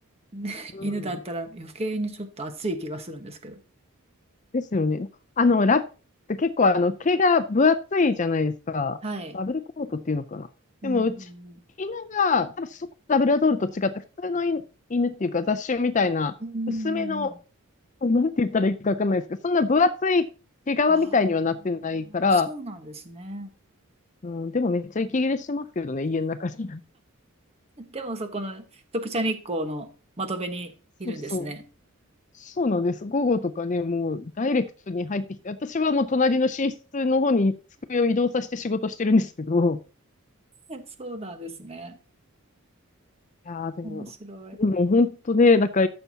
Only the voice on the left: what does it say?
うん、
ですよね。あの、ラップって結構あの、毛が分厚いじゃないですか。
ダブルコートっていうのかな。
でも、うち、犬が、多分そこ、ダブルアドールと違って、普通の犬犬っていうか、雑種みたいな、
薄めの、<laughs> なんて言ったらいいかわかんないですけど、そんな分厚い毛皮みたいにはなってないから、
うん、でもめっちゃ息切れしてますけどね、家の中で。<laughs>
そうそう。そうなんです。午後とかね、もうダイレクトに入ってきて、私はもう隣の寝室の方に机を移動させて仕事してるんですけど、
いやーでも、
もう本当ね、なんか、